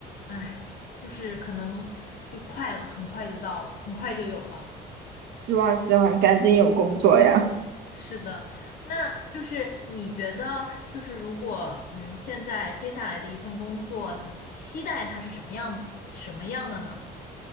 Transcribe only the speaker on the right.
<laughs> 希望希望赶紧有工作呀。